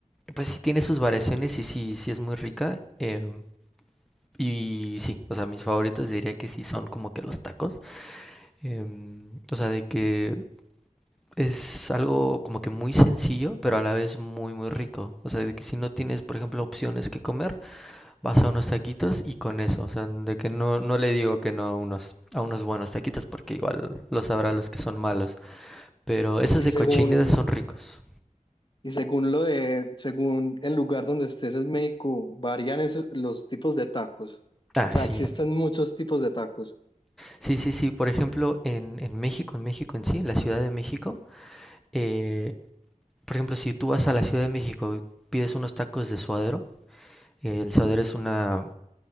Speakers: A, in the centre; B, on the left (about 35°).
A: pues sí tiene sus variaciones y sí, sí es muy rica. em, y sí, o sea, mis favoritos diría que sí son como que los tacos. em, o sea, de que es algo como que muy sencillo, pero a la vez muy, muy rico. O sea, de que si no tienes, por ejemplo, opciones que comer, Vas a unos taquitos y con eso, o sea, de que no, no le digo que no a unos, a unos buenos taquitos, porque igual los sabrá los que son malos. Pero esos
B: Y
A: de
B: según,
A: cochinita son ricos.
B: y según lo de, según el lugar donde estés en México, varían esos- los tipos de tacos.
A: Ah,
B: O sea,
A: sí.
B: existen muchos tipos de tacos.
A: Sí, sí, sí. Por ejemplo, en, en México, en México en sí, la Ciudad de México, eh, por ejemplo, si tú vas a la Ciudad de México y pides unos tacos de suadero, eh, el suadero es una,